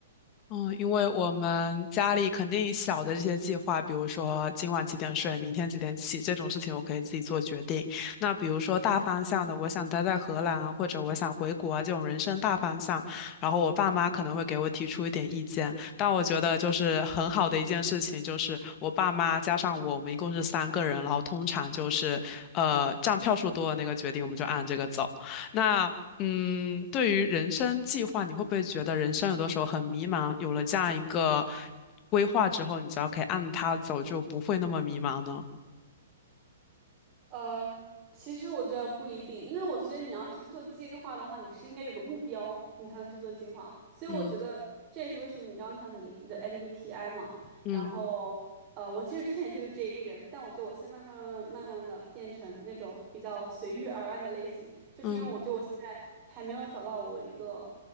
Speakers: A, on the left; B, on the right.
A: 嗯，因为我们家里肯定小的这些计划，比如说今晚几点睡，明天几点起这种事情，我可以自己做决定。那比如说大方向的，我想待在荷兰啊，或者我想回国啊，这种人生大方向，然后我爸妈可能会给我提出一点意见。但我觉得就是很好的一件事情，就是我爸妈加上我，我们一共是三个人，然后通常就是呃占票数多的那个决定，我们就按这个走。那嗯，对于人生计划，你会不会觉得人生有的时候很迷茫？有了这样一个规划之后，你只要可以按它走，就不会那么迷茫呢？
B: 呃，其实我觉得不一定，因为我觉得你要是做计划的话，你是应该有个目标，你才能去做计划。所以我觉得这也是为什么你刚刚讲你你的
A: 嗯
B: MBTI 嘛，
A: 嗯
B: 然后呃，我其实之前也是个 J 人，但我觉得我现在慢慢慢慢慢的变成那种比较随遇而安的类型，就是因为我觉得我现在还没有找到我一个
A: 嗯。